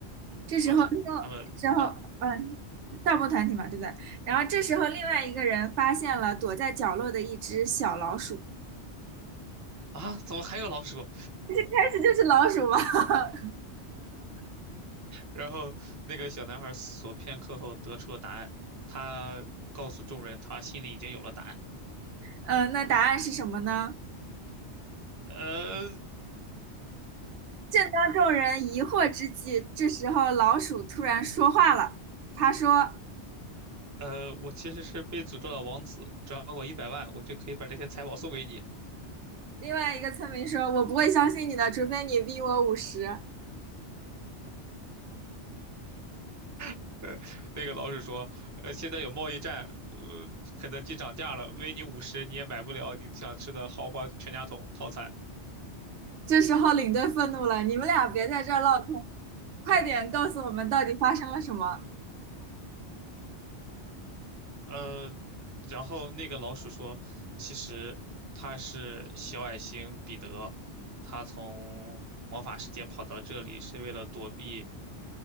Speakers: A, on the right; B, on the right.
A: 这时候另，
B: 不，他他们啊
A: 这时候嗯，盗墓团体嘛，对不对？然后这时候，另外一个人发现了躲在角落的一只小老鼠，
B: 啊，怎么还有老鼠？
A: 但是就是老鼠嘛。<laughs>
B: 然后那个小男孩思索片刻后得出了答案，他告诉众人，他心里已经有了答案。
A: 呃，那答案是什么呢？
B: 呃
A: 正当众人疑惑之际，这时候老鼠突然说话了。他说：
B: 呃，我其实是被诅咒的王子，只转我一百万，我就可以把这些财宝送给你。
A: “另外一个村民说，我不会相信你的，除非你逼我五十。”
B: <laughs> 那个老鼠说，呃，现在有贸易战，呃，肯德基涨价了，微你五十你也买不了你想吃的豪华全家桶套餐。
A: 这时候领队愤怒了：“你们俩别在这儿唠嗑，快点告诉我们到底发生了什么。”
B: 呃，然后那个老鼠说，其实他是小矮星彼得，他从魔法世界跑到这里是为了躲避